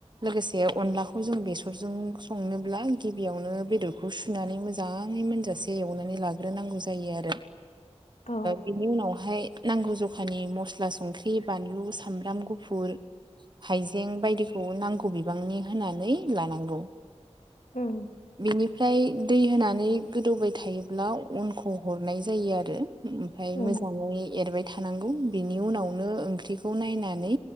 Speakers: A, on the right (about 40°); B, on the left (about 75°).
A: लोगोसे से अनलाखौ जों बेसरजों संनोब्ला गिबियावनो बेदरखौ सुनानै मोजाङै मोनजा से एवनानै लाग्रोनांगौ जायो आरो
B: औ
A: बेनि उनावहाय नांगौ जखानि मस्ला संख्रि बानलु सामब्राम गुफुर हाइजें बायदिखौ नांगौ बे बांनि होनानै लानांगौ
B: उम
A: बेनिफ्राय ओमफ्राय दै होनानै गोदौबाय थायोब्ला अनखौ हरनाय जायो आरो। ओमफ्राय
B: उम
A: मोजाङै एरबाय थानांगौ बिनि उनावनो ओंख्रिखौ खौ नायनानै